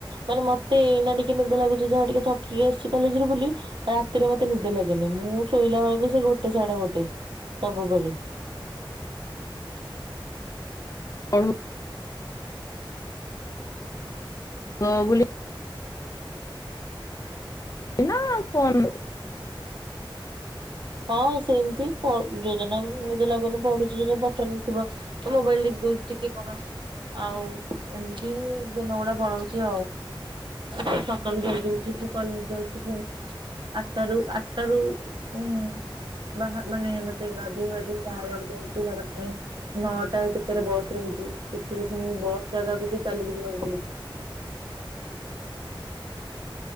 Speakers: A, on the right; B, on the left.
A: ମାନେ ମତେ ଏଇନା ଟିକେ ନିଦ ଲାଗୁଛି ଯାହା ଟିକେ ଥକିକି ଆସିଚି କଲେଜରୁ ବୋଲି ରାତିରେ ମତେ ନିଦ ଲାଗେନି ମୁଁ ଶୋଇଲା ବେଳକୁ ସେ ଗୋଟେ ସଢା ଗୋଟେ ସବୁବେଳେ।
B: କହୁ ହଁ ବୋଲି। ଏନା ଫୋନ୍
A: ହଁ ସେମିତି ପ ଯୋଉ ଦିନ ନିଦ ଲାଗୁନି ପଢୁଛି ଯୋଉ ଦିନ ପାଠ ନଥିବ। ମୋବାଇଲ ଦେଖି ଦଉଚି ଟିକେ କଣ। ଆଉ ଏମିତି ଦିନ ଗୁଡା ପଳଉଚି। ଆ ସକାଳୁ ଜଲ୍ଦୀ ଉଠିକି କଲେଜ ଯାଉଛି ପୁଣି। ଆଠଟାରୁ ଆଠଟାରୁ ହୁଁ। ବାହା ମାନେ ମତେ ଗାଧେଇ ବାଧେଇ ବାହାରିବାକୁ ପଡୁଛି ତାପରେ ପୁଣି ନଅଟା କେତୋରେ ବସ୍ ରହିଛି ସେଥିରୁ ପୁଣି ବସ୍ ଜାଗାକୁ ବି ଚାଲିକି ଯିବାକୁ ପଡୁଚି।